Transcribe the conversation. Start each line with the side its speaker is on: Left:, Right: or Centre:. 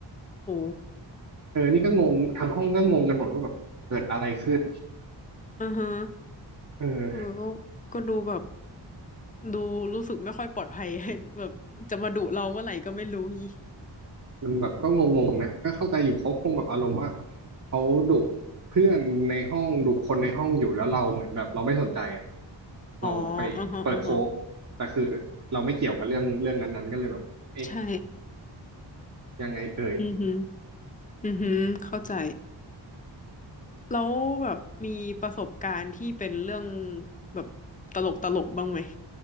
Left: โอ้
Right: เออนี่ก็งงทั้งห้องก็งงกันหมดว่าแบบเกิดอะไรขึ้น
Left: อ่าฮะ
Right: เออ
Left: เออก็ก็ดูแบบดูรู้สึกไม่ค่อยปลอดภัย <laughs> แบบจะมาดุเราเมื่อไหร่ก็ไม่รู้งี้
Right: มันแบบก็งงๆนะก็เข้าใจอยู่เขาคงแบบอารมณ์ว่าเขาดุเพื่อนในห้องดุคนในห้องอยู่แล้วเราเหมือนแบบเราไม่สนใจอ่ะเราไปเปิดโฟก
Left: อ๋ออ่าฮะอ่าฮะ
Right: แต่คือเราไม่เกี่ยวกับเรื่องเรื่องนั้นๆก็เลยแบบเอ๊ะ
Left: ใช่
Right: ยังไงเอ่ย
Left: อือหึออือฮึเข้าใจแล้วแบบมีประสบการณ์ที่เป็นเรื่องแบบตลกตลกบ้างไหม